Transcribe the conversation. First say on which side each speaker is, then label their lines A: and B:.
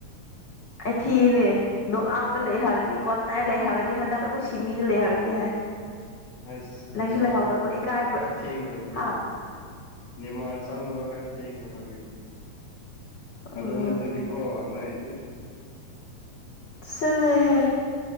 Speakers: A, on the left (about 80°); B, on the left (about 30°).
A: ꯑꯩ ꯊꯤꯅꯦ ꯅ ꯑꯥꯎ ꯇ ꯂꯩ ꯍꯥꯔꯦꯅꯤ ꯀ ꯇꯥꯏ ꯂꯩꯍꯧꯔꯅꯤ ꯍꯟꯗꯅꯕꯨꯣꯏ ꯁꯤꯃꯤꯅ ꯂꯩꯍꯧꯔꯅꯤ ꯍꯥꯏ
B: ꯑꯁ
A: ꯂꯩꯁꯨ
B: ꯅꯤꯃꯔꯗꯣ
A: ꯂꯩꯍꯧꯗꯕ ꯏꯀꯥꯏꯕ꯭ꯔꯥ
B: ꯈꯔ ꯊꯦꯡꯈ꯭ꯔꯕꯅꯦ
A: ꯍꯥ
B: ꯑꯗꯨꯏꯅꯦ ꯅꯤꯡ ꯆꯪꯗꯣ ꯊꯕ ꯑꯗꯨꯅꯤ
A: ꯑꯣ
B: ꯑꯗꯨ ꯎꯅꯠꯇꯗꯤ ꯀꯣ ꯅꯣꯏ
A: ꯁꯤꯂꯦꯍꯦ